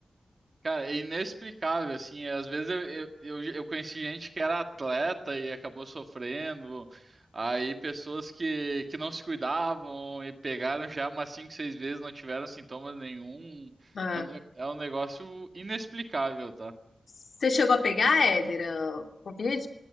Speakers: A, on the right; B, on the left.
A: Cara, é inexplicável, assim. Às vezes eu, eu, eu, eu conheci gente que era atleta e acabou sofrendo, aí pessoas que, que não se cuidavam e pegaram já umas cinco, seis vezes, não tiveram sintomas nenhum.
B: Ah.
A: É um é um negócio inexplicável, tá?
B: Você chegou a pegar, Éder, a Covid?